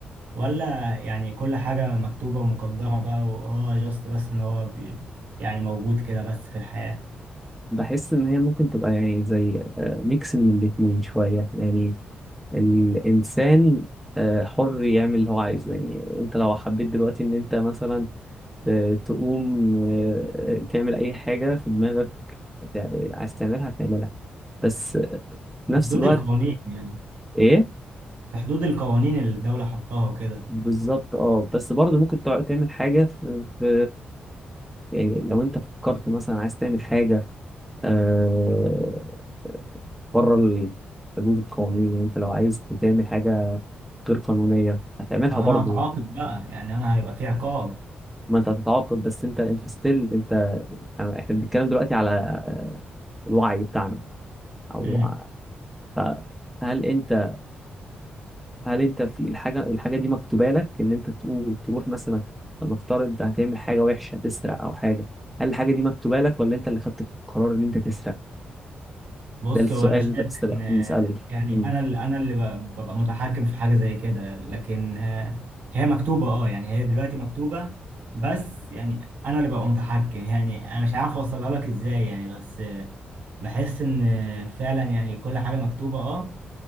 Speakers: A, on the right; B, in the centre.
A: ولا يعني كل حاجة مكتوبة ومقدرة بقى وهو جاست بس ان هو بي يعني موجود كده بس في الحياة
B: بحس ان هي ممكن تبقى يعني زي آه، ميكس من الاتنين شوية يعني الإنسان آه، حر يعمل اللي هو عايزه يعني أنت لو حبيت دلوقتي إن أنت مثلا آه، تقوم آه، آه، تعمل أي حاجة في دماغك تع- عايز تعملها هتعملها بس في نفس
A: بحدود
B: الوقت
A: القوانين يعني
B: إيه
A: في حدود القوانين اللي الدولة حطاها وكده
B: بالظبط أه بس برضه ممكن تع- تعمل حاجة في, في يعني لو أنت فكرت مثلا عايز تعمل حاجة آه، بره ال- حدود القوانين يعني أنت لو عايز تعمل حاجة غير قانونية هتعملها
A: ما
B: برضه
A: انا هتعاقب بقى يعني انا هيبقى في عقاب
B: ما انت هتتعاقب بس انت انت ستيل انت يعني احنا بنتكلم دلوقتي على آه، الوعي بتاعنا او
A: امم
B: ع- ف- هل انت هل انت في الحاجه الحاجه دي مكتوبه لك ان انت تقول تروح مثلا فلنفترض هتعمل حاجه وحشه هتسرق او حاجه هل الحاجه دي مكتوبه لك ولا انت اللي خدت القرار ان انت تسرق
A: بص
B: ده السؤال
A: هو انا شايف
B: اللي انت بتسأل-
A: ان
B: بنساله
A: يعني
B: مم.
A: انا اللي انا اللي ب- ببقى متحكم في حاجة زي كده لكن آه، هي مكتوبة اه يعني هي دلوقتي مكتوبة بس يعني انا اللي ببقى متحكم يعني انا مش عارف اوصلها لك ازاي يعني بس آه، بحس ان آه، فعلا يعني كل حاجة مكتوبة اه